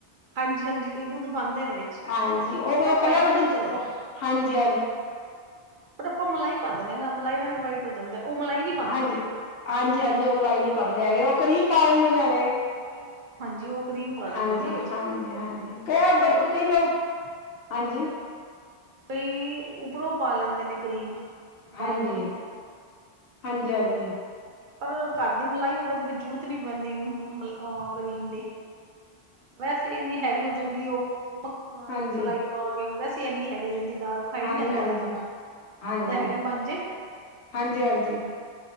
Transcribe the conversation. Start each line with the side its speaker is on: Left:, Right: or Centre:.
Right: ਹਾਂਜੀ -ਹਾਂਜੀ ਕਈ ਦੁੱਧ ਪਾਂਦੇ ਨੇ ਵਿੱਚ,
Left: ਹਾਂਜੀ
Right: ਦੁੱਧ ਨਾਲ
Left: ਉਹ
Right: ਨਾ
Left: ਕਲਰ
Right: ਵਾਈਟ -ਵਾਈਟ
Left: ਦੂਜ
Right: ਜੋ ਜਾਂਦਾ।
Left: ਹਾਂਜੀ, ਹਾਂਜੀ,
Right: ਪਰ ਆਪਾਂ ਮਲਾਈ ਪਾ ਦਿੰਦੇ ਹਾਂ ਨਾ, ਮਲਾਈ ਨਾਲ ਵੀ ਵਾਈਟ ਹੋ ਜਾਂਦਾ, ਉਹ ਮਲਾਈ ਨੀ
Left: ਹਾਂਜੀ -ਹਾਂਜੀ -ਹਾਂਜੀ ਉਹ ਮਲਾਈ ਨਹੀਂ ਪਾਉਂਦੇ ਹੈਗੇ ਉਹ ਕਰੀਮ ਪਾ ਦਿੰਦੇ ਨੇ ਹੈਗੇ।
Right: ਕਰੀਮ ਹਾਂਜੀ ਉਹ ਕਰੀਮ ਪਾ ਦਿੰਦੇ
Left: ਹਾਂਜੀ
Right: ਨਾ ਵਿੱਚ
Left: -ਹਾਂਜੀ -ਹਾਂਜੀ
Right: ਉਪਰੋਂ
Left: ਕਈ ਲੋਕ ਹਾਂਜੀ।
Right: ਕਈ ਉਪਰੋਂ ਪਾ ਲੈਂਦੇ ਨੇ ਕਰੀਮ। ਦਾਲ
Left: ਹਾਂਜੀ,
Right: ਮੱਖਣੀ ਤੇ।
Left: ਹਾਂਜੀ,
Right: ਪਰ ਘਰ ਦੀ ਮਲਾਈ ਹੋਵੇ ਤੇ ਫੇਰ ਜ਼ਰੂਰਤ ਨਹੀਂ ਪੈਂਦੀ ਅਹ ਕਰੀਮ ਦੀ।
Left: ਹ
Right: ਵੈਸੇ ਇੰਨੀ ਹੈਵੀ ਹੋ ਜਾਂਦੀ ਉਹ ਮੱਖਣ
Left: ਹਾਂਜੀ,
Right: ਮਲਾਈ ਪਾ ਕੇ, ਉਹ ਵੈਸੇ ਇਨੀ ਹੈਵੀ ਹੋ ਜਾਂਦੀ ਦਾਲ ਖਾਈ
Left: ਹਾਂਜੀ,
Right: ਨੀ ਜਾਂਦੀ
Left: ਹਾਂਜੀ।
Right: ਫਿਰ ਜਾਦਾ,
Left: ਹਾਂਜੀ,
Right: ਜਾਦਾ ਹੈਵੀ ਬਣ ਜਾਏ।
Left: ਹਾਂਜੀ ਹਾਂਜੀ